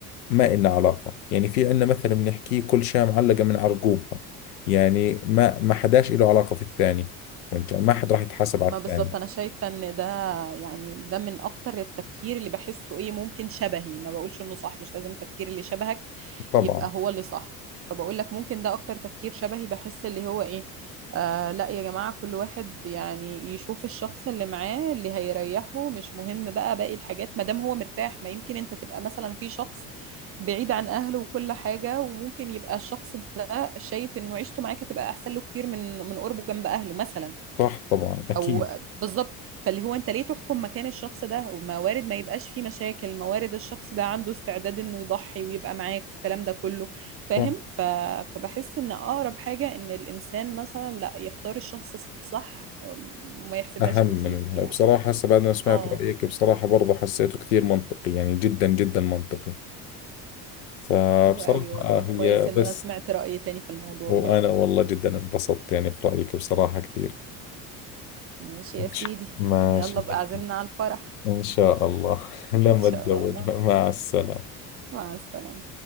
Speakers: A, on the left; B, on the right.
A: ما إلنا علاقة يعني في عندنا مثلا بنحكيه كل شاة معلقة من عرقوبها يعني ما ما حداش له علاقة في الثاني فهمت ما حد راح يتحاسب على
B: ما
A: الثاني
B: بالظبط انا شايفه ان ده يعني ده من اكتر التفكير اللي بحسه ايه ممكن شبهي ما بقولش انه صح مش لازم التفكير اللي شبهك
A: طبعا
B: يبقى هو اللي صح فبقول لك ممكن ده اكتر تفكير شبهي بحس اللي هو ايه آه لا يا جماعه كل واحد يعني يشوف الشخص اللي معاه اللي هيريحه مش مهم بقى باقي الحاجات ما دام هو مرتاح ما يمكن انت تبقى مثلا في شخص بعيد عن اهله وكل حاجه وممكن يبقى الشخص ده شايف انه عيشته معاك هتبقى احسن له كتير من من قربه جنب اهله مثلا
A: صح طبعا اكيد
B: او بالظبط فاللي هو انت ليه تحكم مكان الشخص ده وموارد ما يبقاش فيه مشاكل موارد الشخص ده عنده استعداد انه يضحي ويبقى معاك والكلام ده كله فاهم
A: صح
B: ف... فبحس ان اقرب حاجة ان الانسان مثلا لا يختار الشخص الصح وما يحسبهاش
A: أهم
B: كتير
A: من الهاي
B: يعني
A: بصراحة هسه بعد ما سمعت
B: اه
A: رأيك بصراحة برضه حسيته كثير منطقي يعني جدا جدا منطقي فبصراحة
B: حلو قوي والله
A: آه هي
B: كويس ان
A: بس
B: انا سمعت رأي تاني في الموضوع
A: وأنا
B: برضه
A: والله جدا انبسطت يعني في رأيك بصراحة كثير
B: ماشي يا
A: إن
B: سيدي
A: شاء- ماشي
B: <laughs> يلا
A: نحكي
B: بقى عزمنا على الفرح
A: إن شاء الله <laughs>
B: <laughs>
A: لما
B: ان شاء
A: أتزوج
B: الله
A: مع السلامة
B: مع السلامة